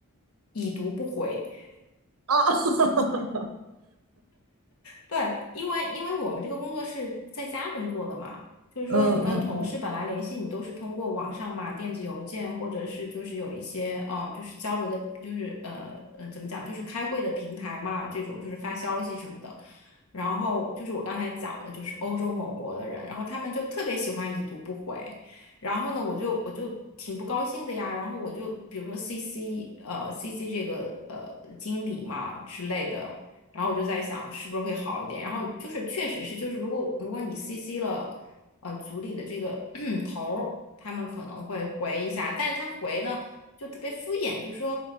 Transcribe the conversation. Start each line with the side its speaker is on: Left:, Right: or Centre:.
Left: 已读不回。
Right: 啊哈哈，
Left: 对，因为因为我们这个工作是在家工作的嘛，
Right: <laughs>
Left: 就是说你跟同事本来联系，
Right: 嗯嗯嗯，
Left: 你都是通过网上嘛，电子邮件或者是就是有一些呃，就是交流的，就是呃呃怎么讲，就是开会的平台嘛，这种就是发消息什么的。然后就是我刚才讲的，就是欧洲某国的人，然后他们就特别喜欢已读不回，然后呢，我就我就挺不高兴的呀，然后我就比如说 CC 呃 CC 这个呃经理嘛之类的。然后我就在想是不是会好一点。然后就是确实是，就是如果如果你 CC 了呃组里的这个 <clears throat> 头儿，他们可能会回一下，但是他回呢就特别敷衍，就说